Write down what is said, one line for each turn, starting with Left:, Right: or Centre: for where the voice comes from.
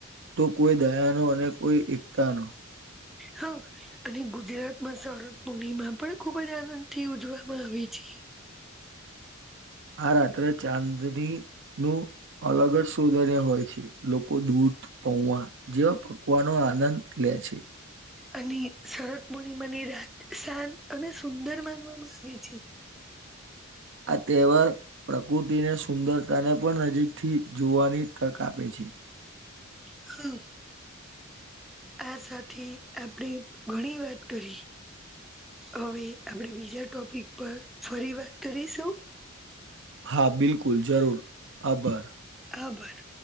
Right: તો કોઈ દયા નો અને કોઈ એકતા નો
Centre: હા અને ગુજરાત માં શરદ પૂર્ણિમા પણ ખુબ જ આનંદથી ઉજવામાં આવે છે.
Right: આ રાત્રે ચાંદની નું અલગ જ સૌધન્ય હોય છે લોકો દૂધ પૌવા જેવા પકવાનો આનંદ લે છે.
Centre: અને શરદ પૂર્ણિમાની રાત શાંત અને સુંદર માનવામાં આવે છે
Right: આ તહેવાર પ્રકૃતિને સુંદરતાને પણ નજીકથી જોવાની તક આપે છે.
Centre: હમ્મ. આ સાથે આપણેે ઘણી વાત કરી હવે આપણેે બીજા ટોપિક પર ફરી વાત કરીશું
Right: હા બિલકુલ જરૂર આભાર
Centre: આભાર